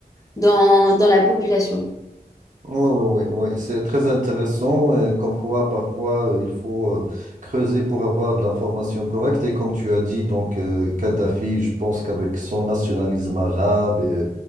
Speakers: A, on the left (about 20°); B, on the right (about 50°).
A: dans, dans la population.
B: Oui, oui, oui, oui. C'est très intéressant, euh, comme quoi parfois euh, il faut euh, creuser pour avoir de l'information correcte. Et comme tu as dit, donc euh, Kadhafi, je pense qu'avec son nationalisme arabe et,